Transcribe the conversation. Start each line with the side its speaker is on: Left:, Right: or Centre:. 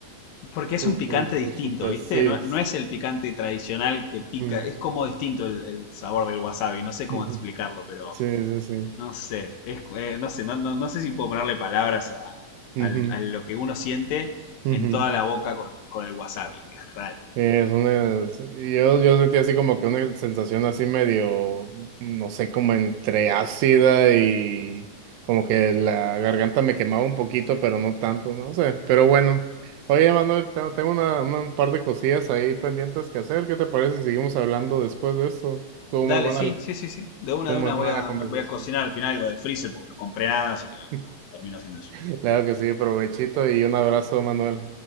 Left: Porque es
Right: súper,
Left: un picante
Right: súper,
Left: distinto,
Right: súper,
Left: ¿viste?
Right: sí.
Left: No, no es el picante tradicional que pica,
Right: Ujú,
Left: es como distinto el, el sabor del wasabi, no sé cómo
Right: ujú.
Left: explicarlo, pero
Right: Sí, sí, sí.
Left: no sé, es, eh, no sé, no, no, no sé si puedo ponerle palabras a,
Right: Ujú,
Left: al- a lo que uno siente
Right: ujú.
Left: en toda la boca con, con el wasabi, es raro.
Right: Sí, es una, yo, yo sentí así como que una sensación así medio, no sé, como entre ácida y como que la garganta me quemaba un poquito, pero no tanto, no sé. Pero bueno, oye, Manuel, te- tengo una, una- un par de cosillas ahí pendientes que hacer. ¿Qué te parece si seguimos hablando después de esto? Estuvo
Left: Dale,
Right: muy buena
Left: sí,
Right: la,
Left: sí, sí, sí. De una,
Right: estuvo
Left: de
Right: muy
Left: una
Right: buena
Left: voy a,
Right: la conversación.
Left: me voy a cocinar al final algo del freezer porque no compré nada, así que bueno,
Right: <laughs>
Left: nada, termino haciendo eso.
Right: Claro que sí, provechito y un abrazo, Manuel.